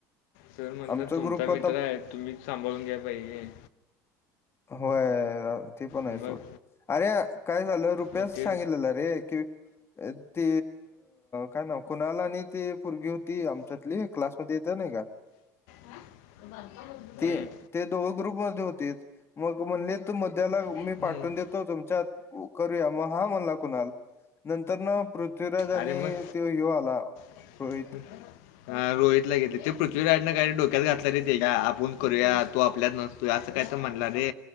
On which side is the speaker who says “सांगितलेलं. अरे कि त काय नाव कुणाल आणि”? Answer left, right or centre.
Left